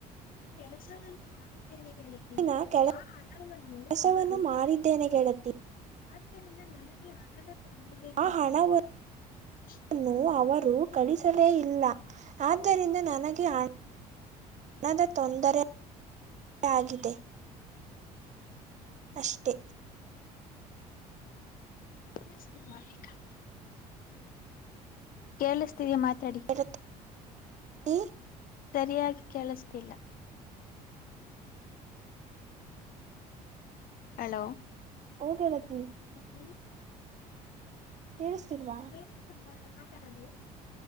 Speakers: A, on the left; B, on the right.
A: ಕೆಲಸವಂತ ಮಾಡಿದ್ದೇನೆ ಗೆಳತಿ
B: ದಿನ ಕೆಲ
A: <unintelligible> ವನ್ನು
B: ಕೆಲಸವನ್ನು
A: ಅವರು
B: ಮಾಡಿದ್ದೇನೆ
A: ಕ
B: ಗೆಳತಿ
A: ಆದ್ದರಿಂದ ನನಗೆ ಹಣದ ತೊಂದರೆ
B: ಆ
A: ಆಗಿದೆ
B: ಹಣವನ್ನು
A: ಅಷ್ಟೇ.
B: ನ್ನು ಅವರು ಕಳಿಸದೇ ಇಲ್ಲ ಆದ್ದರಿಂದ ನನಗೆ ಆ ಹಣದ ತೊಂದರೆ <unintelligible> ಆಗಿದೆ. ಅಷ್ಟೇ
A: <inaudible> ಕೇಳಿಸ್ತೀರಿ ಮಾತಾಡಿದ್ದು.
B: <inaudible>
A: ಸರಿಯಾಗಿ ಕೆಳಸ್ತಿಲ್ಲ. ಹಲೋ.
B: ಓ ಗೆಳತಿ.
A: ಹ್ಮ.
B: ಕೇಳಸ್ತಿಲ್ವಾ.
A: ಕೇಳಿಸ್ತಿಲ್ವ ನಾನ್ ಮಾತಾಡೋದು.